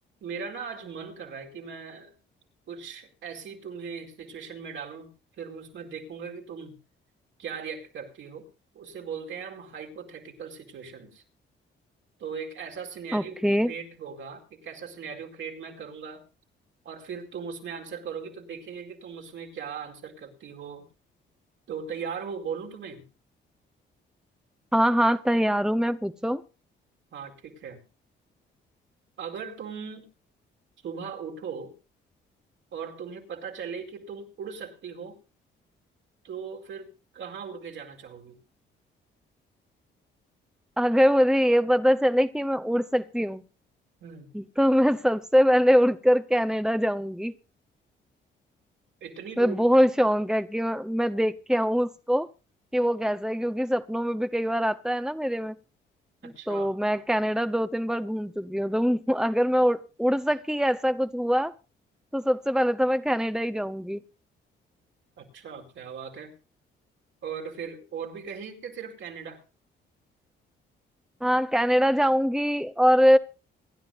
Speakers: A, on the right (about 70°); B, in the centre.
A: मेरा ना आज मन कर रहा है कि मैं कुछ ऐसी तुम्हें सिचुएशन में डालूं फिर मैं उसमें देखूंगा कि तुम क्या रिएक्ट करती हो उसे बोलते हैं हम हाइपोथेटिकल सिचुएशंस तो एक ऐसा सिनेरियो
B: ओके
A: क्रिएट होगा एक ऐसा सिनेरियो क्रिएट मैं करूंगा और फिर तुम उसमें आंसर करोगी तो देखेंगे कि तुम उसमें क्या आंसर करती हो तो तैयार हो बोलूं तुम्हें
B: हाँ हाँ तैयार हूँ मैं पूछो
A: हाँ ठीक है अगर तुम सुबह उठो और तुम्हें पता चले कि तुम उड़ सकती हो तो फिर कहाँ उड़ के जाना चाहोगी
B: अगर मुझे ये पता चले कि मैं उड़ सकती हूँ
A: हम्म
B: तो मैं सबसे पहले उड़कर कनाडा जाऊंगी
A: इतनी
B: मैं
A: दूर
B: बहुत शौक है कि मैं, मैं देख के आऊं उसको कि वो कैसा है क्योंकि सपनों में भी कई बार आता है ना मेरे में
A: अच्छा
B: तो मैं कनाडा दो तीन बार घूम चुकी हूँ तो <laughs> अगर मैं उड़, उड़ सकी ऐसा कुछ हुआ तो सबसे पहले तो मैं कनाडा ही जाऊंगी
A: अच्छा क्या बात है और फिर और भी कहीं कि सिर्फ कनाडा
B: हाँ कनाडा जाऊंगी और